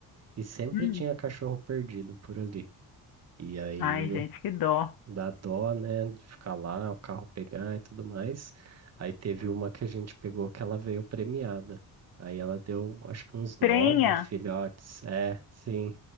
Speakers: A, on the right; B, on the left.
A: E sempre
B: Hum.
A: tinha cachorro perdido por ali. E aí
B: Ai, gente, que dó.
A: dá dó, né, de ficar lá, o carro pegar e tudo mais. Aí teve uma que a gente pegou que ela veio premiada. Aí ela deu, acho que uns
B: Prenha?
A: nove filhotes. É, sim.